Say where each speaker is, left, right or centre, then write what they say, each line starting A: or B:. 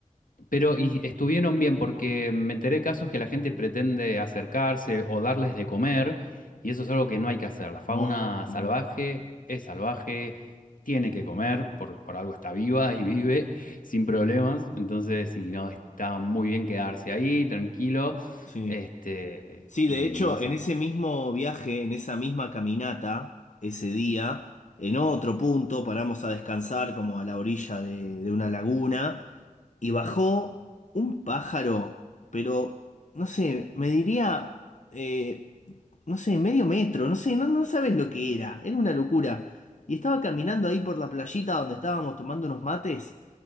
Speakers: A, on the left; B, on the left.
A: Pero y estuvieron bien porque me enteré de casos que la gente pretende acercarse o darles de comer y eso es algo que no hay que hacer. La fauna
B: No,
A: salvaje
B: no.
A: es salvaje, tiene que comer, por, por algo está viva y vive <laughs> sin problemas. Entonces, sí, no, está muy bien quedarse ahí, tranquilo,
B: Sí.
A: este,
B: Sí,
A: y
B: de hecho,
A: no hacer
B: en ese
A: nada.
B: mismo viaje, en esa misma caminata, ese día, en otro punto paramos a descansar como a la orilla de, de una laguna y bajó un pájaro, pero no sé, me diría, eh, no sé, medio metro, no sé, no, no sabes lo que era, era una locura. Y estaba caminando ahí por la playita donde estábamos tomando unos mates.